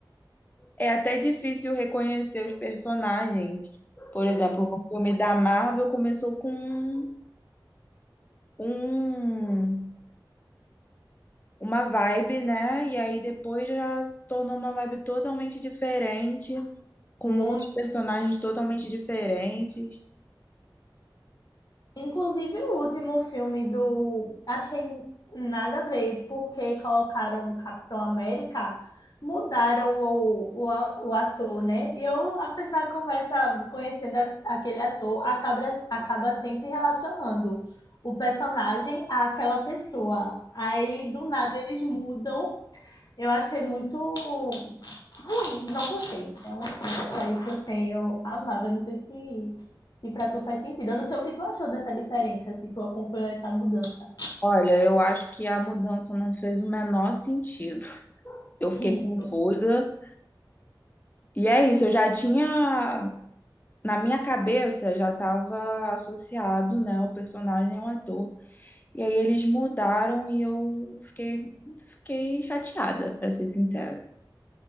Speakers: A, on the left; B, on the left.
A: É até difícil reconhecer os personagens. Por exemplo, no filme da Marvel começou com um, um- uma vibe, né? E aí depois já tornou uma vibe totalmente diferente, com
B: Muito
A: outros personagens totalmente diferentes.
B: Inclusive, o último filme do. Achei nada a ver, porque colocaram no Capitão América, mudaram o, o, o ator, né? E eu, a pessoa começa conhecendo a- aquele ator, acaba, acaba sempre relacionando o personagem àquela pessoa. Aí, do nada, eles mudam eu achei muito ruim, não gostei. É uma crítica aí que eu tenho amável. Eu Não sei se, se para tu faz sentido. Eu não sei o que tu achou dessa diferença, se tu acompanhou essa mudança.
A: Olha, eu acho que a mudança não fez o menor sentido. Eu
B: Isso.
A: fiquei confusa. E é isso, eu já tinha, na minha cabeça, já estava associado, né, o personagem ao ator. E aí eles mudaram e eu fiquei, fiquei chateada, para ser sincera.